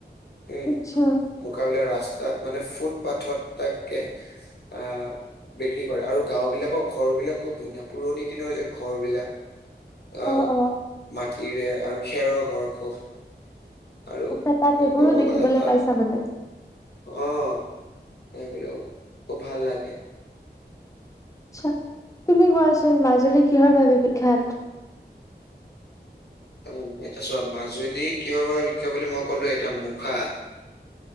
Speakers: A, on the left (about 65°); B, on the left (about 20°).
A: উম,
B: আচ্ছা
A: মুখাবিলক ৰাস্তাত মানে ফুটপাথত থাকে। আ বিক্ৰী কৰে আৰু গাওঁবিলাকৰ ঘৰবিলাক খুব ধুনীয়া, পুৰণি দিনৰ যে ঘৰবিলাক আ,
B: অ' অ'
A: মাটিৰে আৰু খেৰৰ ঘৰ খুব। আৰু
B: আচ্ছা, তাত সেইবোৰো
A: ক'ব
B: দেখিবলৈ
A: গ'লে তাত
B: পাইছা মানে।
A: অ' সেইবিলো খুব ভাল লাগে।
B: আচ্ছা। তুমি গোৱাচো চোন মাজুলী কিহৰ বাবে বিখ্যাত?
A: এ, চোৱা মাজুলী কিহৰ বাবে বিখ্যা বুলি মই ক'লো এতিয়া মুখা।